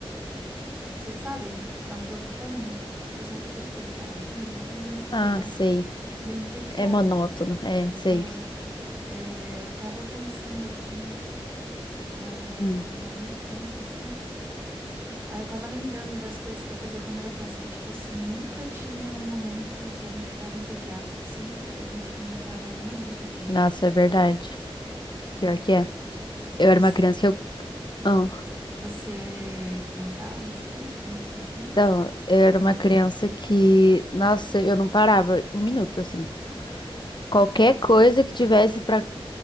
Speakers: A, on the right; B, on the left.
A: cê sabe, é um jogo tão que você só fica tipo ali paradinho, então
B: Ah,
A: minha cabeça
B: sei.
A: <laughs> tô bem entediada.
B: É monótono. É,
A: Aham.
B: sei.
A: É, eu tava pensando aqui na,
B: Hum.
A: na minha infância, sabe? Aí eu tava lembrando das coisas que eu fazia quando era criança, que, tipo assim, nunca tinha um momento que a gente ficava entediado, porque sempre a gente inventava alguma brincadeira.
B: Nossa, é verdade. Pior que é. Eu
A: Você,
B: era uma criança que eu. Ah,
A: você brincava bastante quando você era criança?
B: então, eu era uma criança que. Nossa, eu não parava um minuto, assim. Qualquer coisa que tivesse pra.